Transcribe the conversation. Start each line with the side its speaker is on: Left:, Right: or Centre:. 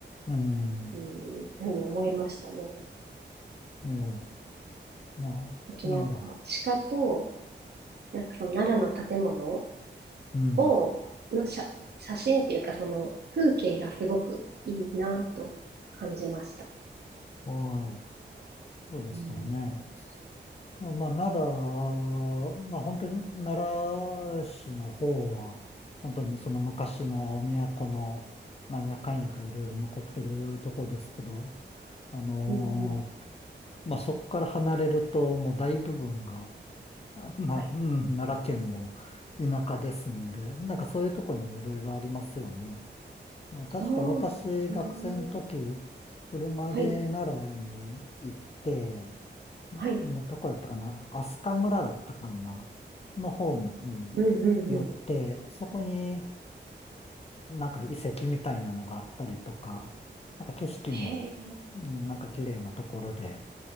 Left: うん。
Right: うん、っていうふうに思いましたね。
Left: ねえ、まあ、
Right: あとなんか、
Left: なら、
Right: 鹿と、なんかその奈良の建物
Left: うん。
Right: を、の写、写真っていうか、その風景がすごくいいなと感じました。
Left: はい。そうですよね。
Right: うん、
Left: まあ、奈良、まあ本当に奈良市の方は、本当にその昔の都のなんやかんやがいろいろ残ってるとこですけど、あの
Right: うん、うん。
Left: ーまあそこから離れるともう大部分が、あまあ、
Right: はい。
Left: うん、奈良県も田舎ですんで、なんかそういうとこにもいろいろありますよね。まあ確か私学生の時、
Right: ああ、うん
Left: 車で奈良に行って、
Right: はい、はい。
Left: んどこだったかな飛鳥村だったかなの方に寄って、
Right: うん、うん、うん。
Left: そこになんか遺跡みたいなのがあったりとか、なんか景色もうんなんか綺麗なところで、
Right: へえ、